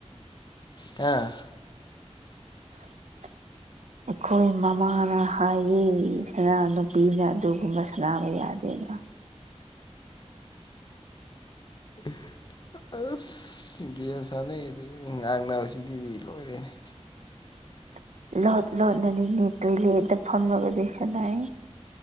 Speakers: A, on the left (about 40°); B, on the right (about 80°).
A: ꯑ
B: <unintelligible> ꯑꯩꯈꯣꯏ ꯃꯃꯥꯅ ꯍꯥꯏꯌꯦ ꯁꯅꯥ ꯅꯨꯄꯤꯅ ꯑꯗꯨꯒꯨꯝꯕ ꯁꯅꯥꯅꯕ ꯌꯥꯗꯦꯅ
A: <unintelligible> ꯑꯁ ꯒꯦꯝ ꯁꯥꯟꯅꯩꯌꯦꯗꯒꯤꯩ ꯃꯤ ꯉꯥꯡꯅꯕꯁꯤꯗꯤ ꯂꯣꯏꯔꯦꯅꯦ
B: <unintelligible> ꯂꯣꯠ ꯂꯣꯠꯅꯅꯤꯅꯦ ꯇꯣꯏꯂꯦꯠꯇ ꯐꯝꯃꯒꯗꯤ ꯁꯅꯏ